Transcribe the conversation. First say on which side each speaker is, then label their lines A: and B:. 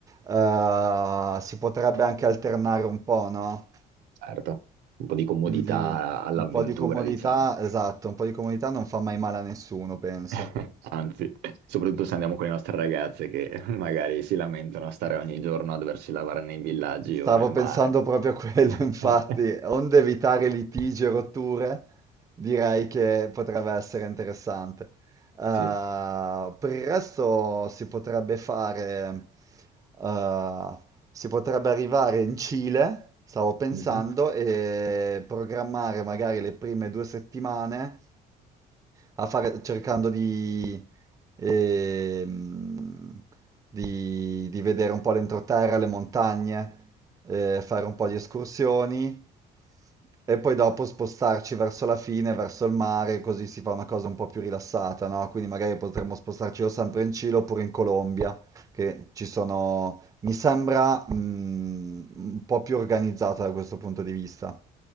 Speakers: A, on the right (about 20°); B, on the right (about 80°).
A: eh, si potrebbe anche alternare un po', no?
B: Certo, un po' di comodità
A: Quindi
B: all'avventura,
A: un po' di comodità,
B: diciamo.
A: esatto, un po' di comodità non fa mai male a nessuno, penso.
B: <laughs> Anzi, soprattutto se andiamo con le nostre ragazze che <laughs> magari si lamentano a stare ogni giorno a doversi lavare nei villaggi
A: Stavo
B: o nel
A: pensando
B: mare.
A: proprio a quello,
B: <laughs>
A: <laughs> infatti, onde evitare litigi e rotture, direi che potrebbe essere interessante. Eh,
B: Sì.
A: per il resto si potrebbe fare, eh, si potrebbe arrivare in Cile, stavo pensando,
B: Mhm.
A: e programmare magari le prime due settimane a fare- cercando di, ehm, di- di vedere un po' l'entroterra, le montagne, eh, fare un po' di escursioni e poi dopo spostarci verso la fine, verso il mare, così si fa una cosa un po' più rilassata, no? Quindi magari potremmo spostarci o sempre in Cile oppure in Colombia, che ci sono, mi sembra, mm, un po' più organizzata da questo punto di vista.